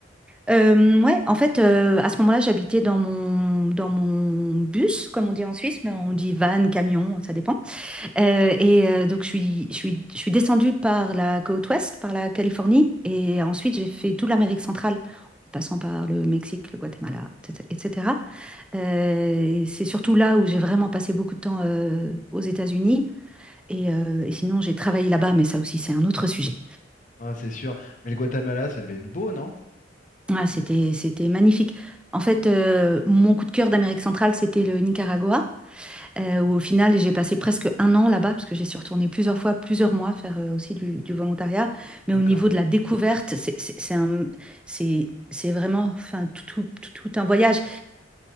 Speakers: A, in the centre; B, on the left (about 40°).
A: Euh, ouais, en fait, euh, à ce moment-là, j'habitais dans mon, dans mon bus, comme on dit en Suisse, mais on dit van, camion, ça dépend. Euh, et euh, donc, je suis, je suis, je suis descendue par la côte ouest, par la Californie, et ensuite, j'ai fait toute l'Amérique centrale, en passant par le Mexique, le Guatemala, etc. Euh, et c'est surtout là où j'ai vraiment passé beaucoup de temps euh, aux États-Unis. Et, euh, et sinon, j'ai travaillé là-bas, mais ça aussi, c'est un autre sujet.
B: Hein, c'est sûr. Mais le Guatemala, ça devait être beau, non?
A: Ah, c'était, c'était magnifique. En fait, euh, mon coup de cœur d'Amérique centrale, c'était le Nicaragua, euh, où au final, j'ai passé presque un an là-bas, parce que j'ai suis retournée plusieurs fois, plusieurs mois, faire euh, aussi du, du volontariat. Mais
B: D'accord.
A: au niveau de la découverte, c'est c'est- c'est un- c'est- c'est vraiment enfin, tout, tout- tout- tout un voyage.